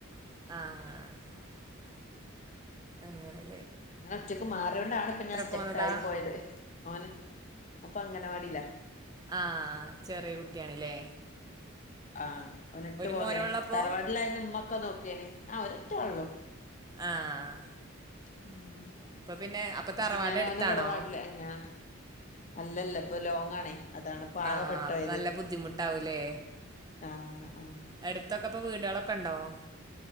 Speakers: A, on the right; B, on the left.
A: ആഹ് അങ്ങനെ
B: ങ്ങനെ ഒറ്റക്ക് മാറിയൊണ്ടാണ് പ്പ ഞാൻ സ്റ്റെക്ക
A: പോന്നതാ
B: ആയി പോയത് ആണ് അപ്പ അങ്ങനെ തില്ല
A: ആ ചെറിയ കുട്ട്യാണ് ല്ലേ
B: ആഹ് ഒനെ ഇട്ട് പോന്നല്
A: മോനൊള്ളപ്പോ
B: തറവാടിലായ മ്മൊക്കെ നോക്കേഞ്ഞി ആ ഒ ഒറ്റ ഉള്ളൂ
A: ആഹ്
B: മ
A: അപ്പൊ പിന്നെ അപ്പൊ
B: മറ്റേ
A: തറവാട്
B: ഞാനോനെ
A: എടുത്താണോ
B: തറവാടിലേ ഞാ അല്ലല്ല പ്പൊ ലോങ്ങാണേ അതാണ് ഇപ്പൊ ആകെ
A: ആഹ്
B: പെട്ടോയത്
A: അപ്പൊ നല്ല ബുദ്ധിമുട്ടാവൂലേ
B: ആഹ് ആഹ്
A: അടുത്തൊക്കെ ഇപ്പൊ വീടോളൊക്കെ ണ്ടാവോ